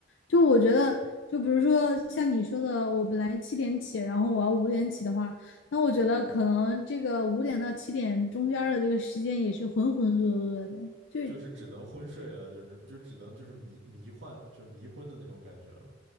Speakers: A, on the left; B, on the right.
A: 就我觉得，就比如说像你说的，我本来七点起，然后我要五点起的话，那我觉得可能这个五点到七点中间儿的这个时间也是浑浑噩噩的，就
B: 就是只能昏睡了，就是那就只能就是迷迷幻，就是迷昏的那种感觉了嘛。